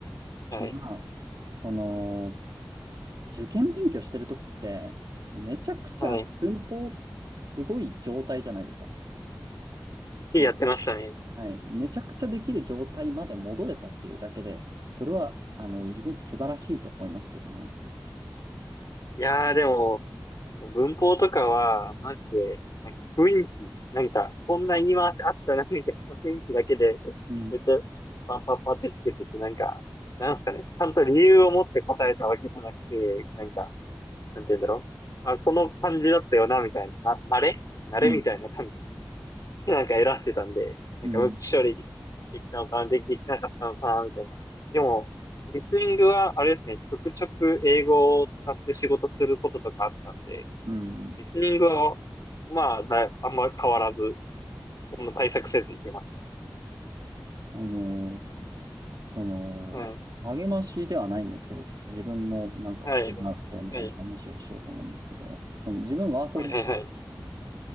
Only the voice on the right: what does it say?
うんまあ、その、受験勉強してるときって、めちゃくちゃ文法すごい状態じゃないですか。
その、
はい。めちゃくちゃできる状態まで戻れたっていうだけで、それは、あの、自分素晴らしいと思いますけどね。
うん。
うん。
うん。
うん。うん
あのその、
励ましではないんですけど、ちょっと自分もなんかこうんなだったよみたいな話をしようと思うんですけど、
その自分ワーホリ行ってたんですよね。